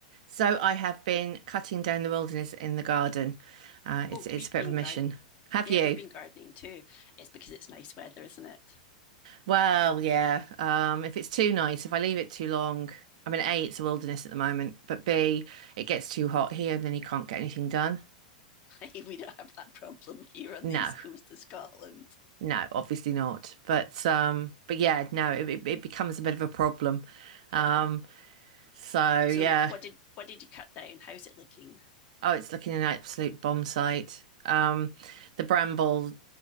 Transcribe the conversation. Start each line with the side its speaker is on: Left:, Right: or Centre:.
Right: So I have been cutting down the wilderness in the garden. Uh, it's
Left: Oh,
Right: it's
Left: we've
Right: a bit
Left: been
Right: of a
Left: garden.
Right: mission. Have
Left: Yeah,
Right: you?
Left: we've been gardening too. It's because it's nice weather, isn't it?
Right: Well, yeah. Um, if it's too nice, if I leave it too long, I mean, A, it's a wilderness at the moment, but B, it gets too hot here and then you can't get anything done.
Left: <laughs> we don't have that problem here on
Right: No,
Left: the east coast of Scotland.
Right: no, obviously not. But um, but yeah, no, it, it it becomes a bit of a problem. Um,
Left: Yeah.
Right: so yeah,
Left: So what did what did you cut down? How's it looking?
Right: Oh, it's looking an absolute bomb site. Um, the bramble.